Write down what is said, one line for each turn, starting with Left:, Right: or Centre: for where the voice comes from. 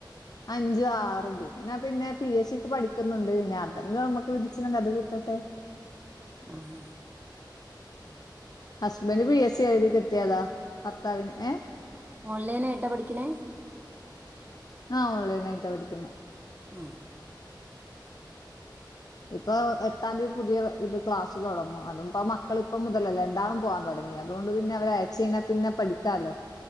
Left: അഞ്ച് ആറും നാ പിന്നെ ഞാൻ പിന്നെ പി എസ് സിക്ക് പഠിക്കുന്നുണ്ട് ഞാ അതെങ് നമ്മക്ക് വിധിച്ച്ങ്ങ അത് കിട്ടെട്ടേ
Right: ആഹ്
Left: ഹസ്ബൻഡ് പി എസ് സി എഴുതി കിട്ടിയതാ ഭർത്താവിന് ഏഹ്
Right: ഓൺലൈനായിട്ടാ പഠിക്ക്ണേ
Left: ആ ഹ് ഓൺലൈനായിട്ടാ പഠിക്കുന്നേ
Right: ഉം
Left: ഇപ്പൊ എട്ടാംന്തി പുതിയ ഇത് ക്ലാസ് തൊടങ്ങും അതുംപ്പൊ മക്കളിപ്പം മുതലല്ലേ രണ്ടാളും പോവാൻ തൊടങ്ങി നി അതൊണ്ട് പിന്നെ അവരേയച്ച് കയ്ഞ്ഞാ പിന്നെ പഠിക്കാലോ